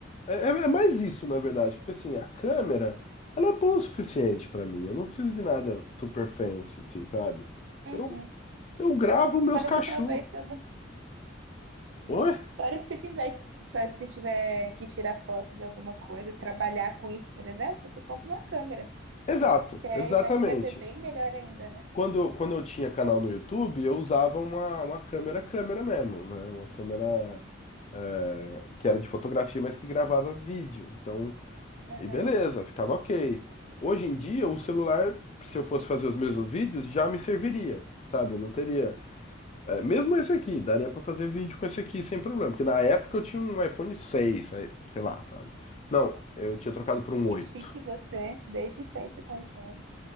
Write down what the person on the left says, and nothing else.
é, é é mais isso, na verdade, porque assim, a câmera, ela é boa o suficiente pra mim. Eu não preciso de nada super fancy, assim, sabe?
Eu, eu gravo meus
cachorros.
Oi?
Exato,
exatamente.
Quando, quando eu tinha canal no YouTube, eu usava uma, uma câmera câmera mesmo, né? Uma câmera é, que era de fotografia, mas que gravava vídeo. Então,
e beleza, ficava ok. Hoje em dia, o celular, se eu fosse fazer os mesmos vídeos, já me serviria, sabe? Eu não teria. é, mesmo esse aqui, daria pra fazer vídeo com esse aqui sem problema. Porque na época eu tinha um iPhone 6 aí, sei lá, sabe? Não, eu tinha trocado por um
oito